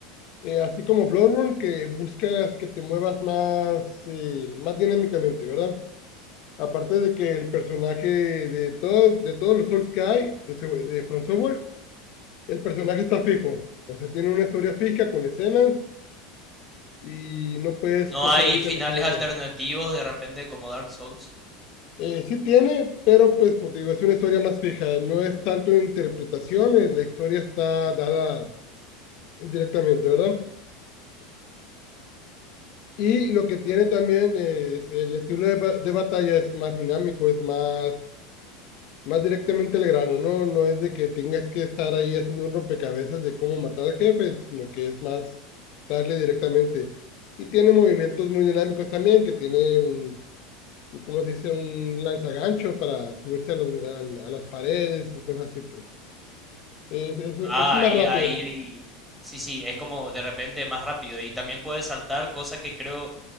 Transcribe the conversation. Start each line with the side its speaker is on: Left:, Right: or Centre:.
Left: eh, así como Bloodborne, que buscas que te muevas más, eh, más dinámicamente, ¿verdad? Aparte de que el personaje de todos, de todos los Souls que hay, de, se- de From Software, el personaje está fijo, o sea, tiene una historia fija con escenas y no puedes
Centre: ¿No
Left: personalizar
Centre: hay finales
Left: el personaje.
Centre: alternativos de repente como Dark Souls?
Left: Eh, sí tiene, pero pues como te digo, es una historia más fija, no es tanto interpretaciones, la historia está dada directamente, ¿verdad? Y lo que tiene también eh, es el estilo de, ba- de batalla es más dinámico, es más, más directamente al grano, ¿no? No es de que tengas que estar ahí haciendo un rompecabezas de cómo matar al jefe, sino que es más darle directamente. Y tiene movimientos muy dinámicos también, que tiene un, un- ¿cómo se dice? Un lanzagancho para subirse a, los- al- a las paredes y cosas así. pues. Es, es,
Centre: Ah,
Left: es más
Centre: ahí,
Left: rápido.
Centre: ahí, ahí. Sí, sí, es como de repente más rápido y también puedes saltar, cosa que creo